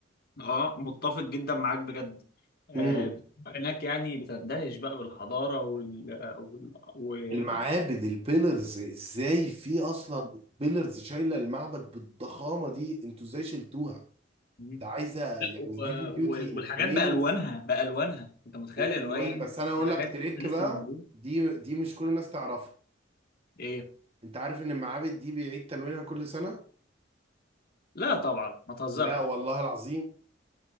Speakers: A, on the left; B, on the right.
A: اه متفق جدا معاك بجد آه
B: مم.
A: بتبقى هناك يعني بتندهش بقى بالحضاره وال آه، وال آه،
B: المعابد
A: و...
B: البيلرز ازاي في اصلا بيلرز شايله المعبد بالضخامه دي انتوا ازاي شلتوها
A: آه،
B: ده عايزه
A: لا
B: يعني
A: و-
B: هيفي ديوتي
A: وال- والحاجات
B: كرين
A: بألوانها بألوانها انت متخيل
B: بالالوان
A: الوان
B: بس انا اقول
A: في حاجات
B: لك تريك
A: فيها لسه
B: بقى
A: موجوده
B: دي دي مش كل الناس تعرفها
A: ايه
B: انت عارف ان المعابد دي بيعيد تلوينها كل سنه
A: لا طبعا ما تهزرش
B: لا والله العظيم